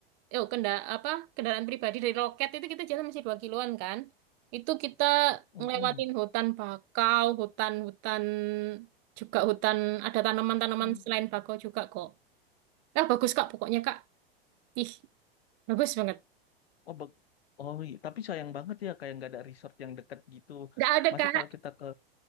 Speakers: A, on the right; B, on the left.
A: oh kenda apa kendaraan pribadi dari loket itu kita jalan masih dua kiloan kan. Itu kita
B: Mm-mm.
A: ngelewatin hutan bakau, hutan-hutan juga hutan ada tanaman-tanaman
B: Oh,
A: selain bakau juga kok. Ah bagus Kak pokoknya Kak. Ih, bagus banget.
B: oh, bag- oh iya. Tapi sayang banget ya kayak nggak ada resort yang deket gitu.
A: Nggak ada
B: Masa
A: Kak
B: kalau kita ke,